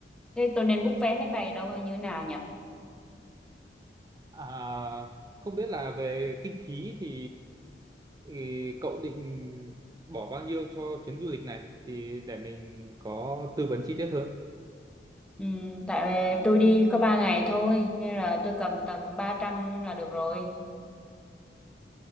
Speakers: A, in the centre; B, on the right.
A: thế tôi nên book vé máy bay đâu hay như thế nào nhỉ?
B: à, không biết là về kinh phí thì ừ, cậu định bỏ bao nhiêu cho chuyến du lịch này thì để mình có tư vấn chi tiết hơn
A: Ừ, tại tôi đi có 3 ngày thôi nên là tôi cầm tầm ba trăm là được rồi.